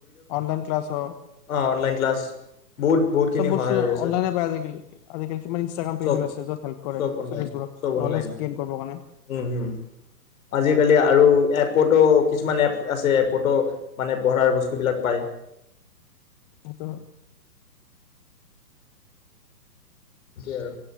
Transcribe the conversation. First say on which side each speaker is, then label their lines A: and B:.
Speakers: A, on the left (about 25°); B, on the left (about 55°).
A: অনলাইন ক্লাছ হওঁক।
B: অ', অনলাইন ক্লাছ, বহুত বহুতখিনি
A: বস্তু
B: সহায় হৈ আছে।
A: অনলাইনে পায় আজিকালি আজিকালি কিমান ইনষ্ট্ৰাগ্ৰাম পেজ
B: চব
A: ওলাইছে য'ত হেল্প কৰে
B: চব
A: লৰা
B: অনলাইন
A: ছোৱালীবোৰক,
B: চব অনলাইন
A: ন'লেজ গেইন কৰিব কাৰণে।
B: উম, উম। আজিকালি আৰু এ'পটো কিছুমান এপ আছে, এ'পটো মানে পঢ়াৰ বস্তুবিলাক পায়।
A: সেইটো হয়।
B: সেইটোৱে আৰু।